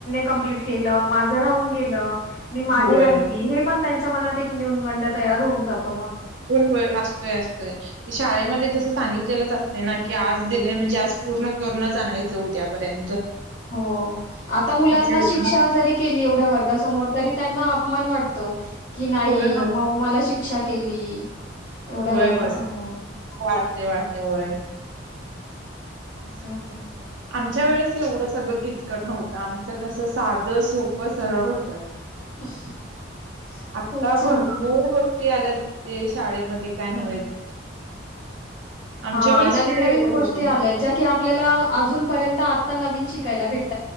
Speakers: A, on the left; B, on the right.
A: कप् के माझ राून गे मी मागे
B: होय
A: राहिली हे पण त्यांच्या मनात एक न्यन गंड तयार होऊन जातो मग.
B: होय असतोय असतोय ते शाळेमध्ये तसं सांगितलेलंच असते ना की आज दिले म्हणजे आज पूर्ण करणच आणायचं उद्यापर्यंत
A: हो आता मुलांना
B: असं होतं
A: शिक्षा
B: ना.
A: जरी केली एवढ्या वर्गासमोर तरी त्यांना अपमान वाटतो की नाही
B: होय, होय.
A: म मला शिक्षा केली एवढ्या
B: होय
A: वर्गासमोर
B: होय वाटते वाटते होय
A: अससं होत
B: आमच्या वेळेस एवढं सगळं किचकट नव्हतं आमचं कसं साधं सोपं सरळ होत
A: <inaudible>
B: आता
A: खूप छान
B: भरपूर
A: होतं.
B: गोष्टी आल्यात ते शाळेमध्ये काय नव्हेच आमच्या
A: हा
B: वेळेस
A: नवीन
B: कुठे
A: नवीन
B: एवढं
A: गोष्टी
B: होतं.
A: आल्यात ज्या की आपल्याला अजूनपर्यंत आत्ता नवीन शिकायला भेटत